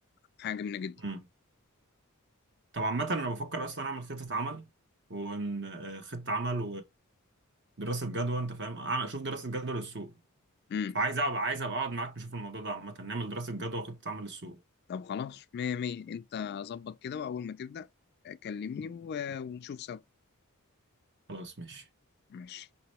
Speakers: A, on the left (about 50°); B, on the right (about 55°).
A: حاجه جميله جدا
B: امم طب عامة انا بفكر اصلا اعمل خطة عمل وان آه، خطة عمل ودراسة جدوى انت فاهم اعمل اشوف دراسة جدوى للسوق
A: امم
B: فعايز ابقى عايز ابقى اقعد معاك نشوف الموضوع ده عامة نعمل دراسة جدوى وخطة عمل للسوق
A: طب خلاص مية مية انت ظبط كده واول ما تبدا كلمني و- ونشوف سوا
B: خلاص ماشي
A: ماشي